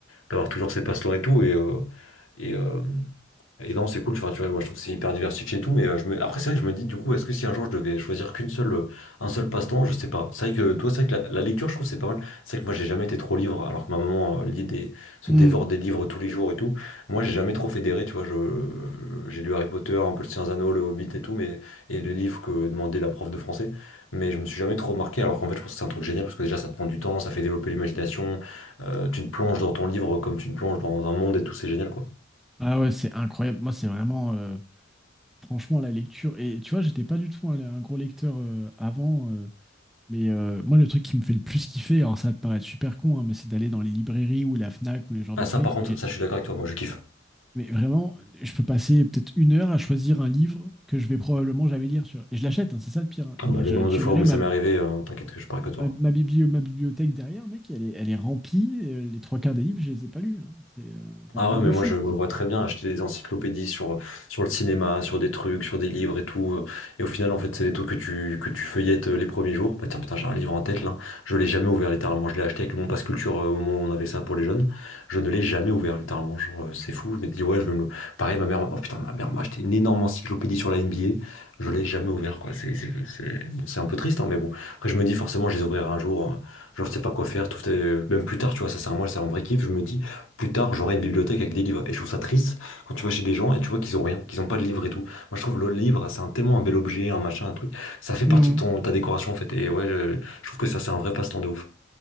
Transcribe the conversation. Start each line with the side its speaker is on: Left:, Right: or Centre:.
Left: d'avoir toujours ses passe-temps et tout. Et, euh, et, euh, et non, c'est cool, tu vois, tu vois, moi je trouve que c'est hyper diversifié et tout, mais euh, je me... après c'est vrai que je me dis du coup, est-ce que si un jour je devais choisir qu'une seule, euh, un seul passe-temps, je sais pas. C'est vrai que toi, c'est vrai que la, la lecture, je trouve que c'est pas mal. C'est vrai que moi j'ai jamais été trop livre, alors que ma maman euh, lit des... se
Centre: ouais.
Left: dévore
Centre: Hmm.
Left: des livres tous les jours et tout. Moi j'ai jamais trop fédéré, tu vois, je... j'ai lu Harry Potter, un peu le Seigneur des Anneaux, le Hobbit et tout, mais et les livres que demandait la prof de français, mais je me suis jamais trop marqué, alors qu'en fait je pense que c'est un truc génial parce que déjà ça te prend du temps, ça fait développer l'imagination, euh, tu te plonges dans ton livre comme tu te plonges dans un monde et tout, c'est génial quoi.
Centre: Ah ouais, c'est incroyable. Moi, c'est vraiment, euh, franchement, la lecture. Et tu vois, j'étais pas du tout un, un gros lecteur euh, avant. euh, Mais euh, moi, le truc qui me fait le plus kiffer, alors ça va te paraître super con, hein, mais c'est d'aller dans les librairies ou la Fnac ou les genres
Left: Ah
Centre: de trucs.
Left: ça par contre,
Centre: Et,
Left: ça je suis d'accord avec toi, moi je kiffe.
Centre: mais vraiment, je peux passer peut-être une heure à choisir un livre que je vais probablement jamais lire. tu vois. Et je l'achète, hein, c'est ça le pire. hein.
Left: Ah
Centre: Et
Left: bah, le
Centre: je-
Left: nombre
Centre: tu
Left: de fois
Centre: verrais
Left: où
Centre: ma,
Left: ça m'est arrivé, euh, t'inquiète que je parle que toi.
Centre: ma, ma biblio- ma bibliothèque derrière, mec, elle est, elle est remplie. et, euh, les trois quarts des livres, je les ai pas lus. hein. C'est euh, c'est
Left: Ah
Centre: un truc
Left: ouais, mais
Centre: de
Left: moi
Centre: fou.
Left: je me vois très bien acheter des encyclopédies sur, sur le cinéma, sur des trucs, sur des livres et tout. euh, Et au final, en fait, c'est des trucs que tu, que tu feuillettes euh, les premiers jours. Bah tiens, putain, j'ai un livre en tête là. Je l'ai jamais ouvert littéralement. Je l'ai acheté avec mon pass culture euh, au moment où on avait ça pour les jeunes. Je ne l'ai jamais ouvert littéralement. Genre, euh, c'est fou. Je m'étais dit, ouais, je vais me le. Pareil, ma mère, oh putain, ma mère m'a acheté une énorme encyclopédie sur la NBA. Je l'ai jamais ouvert, quoi. C'est, c'est, c'est, c'est un peu triste, hein, mais bon. Après, je me dis, forcément, je les ouvrirai un jour. hein. Genre, je sais pas quoi faire. Tout, euh, même plus tard, tu vois, ça, c'est un mois, c'est un vrai kiff. Je me dis plus tard, j'aurai une bibliothèque avec des livres. Et je trouve ça triste quand tu vas chez des gens et tu vois qu'ils ont rien, qu'ils ont pas de livres et tout. Moi, je trouve le livre, c'est un, tellement un bel objet, un machin, un truc. Ça fait partie
Centre: Mhm.
Left: de ton, ta décoration, en fait. Et ouais, je, je trouve que ça, c'est un vrai passe-temps de ouf.